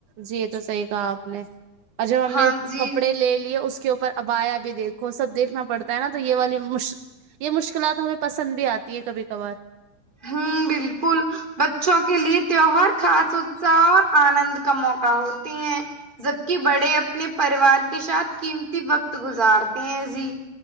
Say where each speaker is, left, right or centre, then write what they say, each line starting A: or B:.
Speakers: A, on the right; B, on the right.
A: جی یہ تو صحیح کہا آپ نے اور جب ہم نے
B: ہاں جی
A: کپڑے لے لیے اس کے اوپر ابایا بھی دیکھو سب دیکھنا پڑتا ہے نا تو یہ والی یہ مشکلات ہمیں پسند بھی آتی ہے کبھی کبھار
B: ہوں بالکل بچوں کے لیے تیوہار خاص اتساہ اور آنند کا موقع ہوتے ہیں جبک بڑے اپنے پریوار کے شاید قیمتی وقت گزارتے ہیں جی